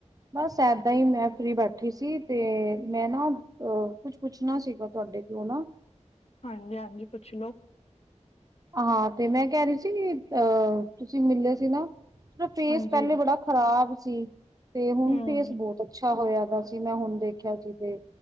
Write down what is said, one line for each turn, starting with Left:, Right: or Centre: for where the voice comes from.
Right: ਬਸ ਏਦਾਂ ਹੀ ਮੈਂ ਫਫ੍ਰੀ ਬੈਠੀ ਸੀ ਤੇ ਮੈਂ ਨਾ ਕੁਛ ਪੁੱਛਣਾ ਸੀਗਾ ਤੁਹਾਡੇ ਤੋਂ ਨਾ
Left: ਹਾਂਜੀ ਹਾਂਜੀ ਪੁੱਛ ਲੋ
Right: ਹਾਂ ਤੇ ਮੈਂ ਕਹਿ ਰਹੀ ਸੀ ਅਹ ਤੁਸੀਂ ਮਿਲਿਆ ਸੀ ਨਾ ਫੇਸ
Left: ਹਾਂਜੀ
Right: ਪਹਿਲੇ
Left: ਹਾਂਜੀ
Right: ਬੜਾ ਖ਼ਰਾਬ ਸੀ ਤੇ ਹੁਣ
Left: ਹਮ
Right: ਫੇਸ ਬਹੁਤ ਅੱਛਾ ਹੋਇਆ ਦਾ ਸੀ ਮੈਂ ਹੁਣ ਦੇਖਿਆ ਸੀ ਤੇ